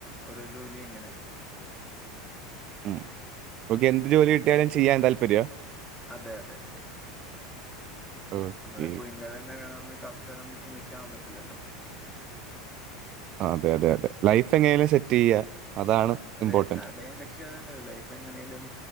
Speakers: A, in the centre; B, on the right (about 45°).
A: ഓരോ ജോലി ഇങ്ങനെ
B: ഉം. ബ്രോക്ക് എന്ത് ജോലി കിട്ടിയാലും ചെയ്യാൻ താല്പര്യ?
A: അതെ അതെ,
B: ഓക്കെ
A: നമ്മളിപ്പോ ഇന്നതന്നെ വേണമെന്ന് കർശ നം പിടിച്ച് നിക്കാനൊക്കത്തില്ലല്ലോ.
B: ആഹ് അതെ അതെ അതെ. ലൈഫ് എങ്ങനെയേലും സെറ്റെയ്യ അതാണ്
A: അതെ,
B: ഇമ്പോർട്ടൻറ്റ്
A: എല്ലാവരുടെേയും ലക്ഷ്യം അത് തന്നെയല്ലെ. ലൈഫ് എങ്ങനെയേലും